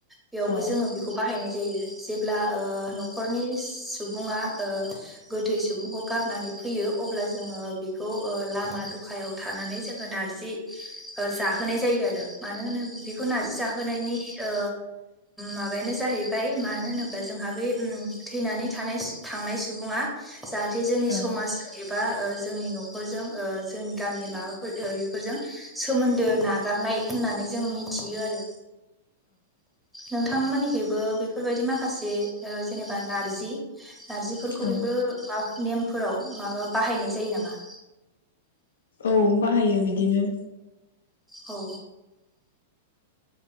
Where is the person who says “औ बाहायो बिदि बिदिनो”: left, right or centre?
Left